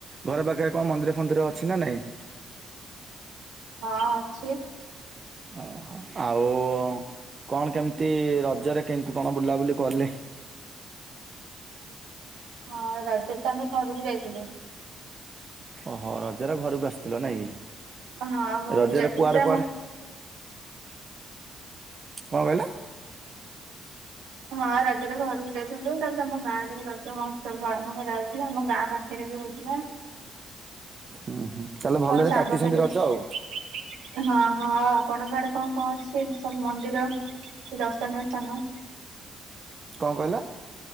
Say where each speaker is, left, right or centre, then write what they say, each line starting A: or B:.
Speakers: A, on the right; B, on the right.
A: ଘରେ ପାଖରେ କଣ ମନ୍ଦିର ଫନ୍ଦିର ଅଛି ନା ନାଇଁ?
B: ହଁ, ଅଛି।
A: ଓହୋ! ଆଉ କଣ କେମିତି ରଜରେ କେମତି କଣ ବୁଲାବୁଲି କଲେ?
B: ହଁ, ରଜରେ ତ ଆମେ ଘରକୁ ଯାଇଥିଲୁ।
A: ଓହୋ! ରଜ ର ଘରକୁ ଆସିଥିଲ ନାଇଁ କି
B: ହଁ ଘରକୁ
A: ରଜର
B: ଯାଇଥିଲି
A: କୁଆଡେ
B: ଯେ ଆମ
A: କୁଆଡେ କଣ କହିଲେ?
B: ହଁ, ରଜରେ ଘରକୁ ଯାଇଥିଲୁ ତାପରେ ଆମ ଗାଁ ରେ ବି ଏହା ରଜ ମହୋତ୍ସବ ପାଳନ କରାହଉଚି ଆମ ଗାଁ ପା ହେରେ ବି ହଉଥିଲା।
A: ହୁଁ, ହୁଁ ତାହଲେ ଭଲରେ
B: ଆଉ ସାଙ୍ଗସାଥିଙ୍କ
A: କାଟିଛନ୍ତି ରଜ ଆଉ।
B: ହଁ, ହଁ ଆପଣଙ୍କ ଆଡେ କଣ କଣ ଅଛି ସବୁ ମନ୍ଦିର ଦର୍ଶନିୟ ସ୍ଥାନ?
A: କଣ କହିଲ?